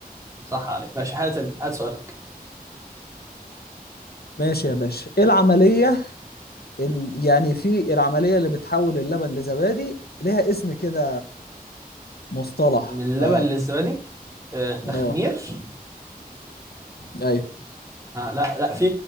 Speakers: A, on the right; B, on the left.
A: صح عليك ماشي هات ال- هات سؤال
B: ماشي يا باشا ايه العملية ال... يعني في العملية اللي بتحول اللبن لزبادي ليها اسم كده مصطلح
A: من اللبن
B: ف
A: للزبادي آه، تخمير
B: اه ايوه
A: آه لا لا في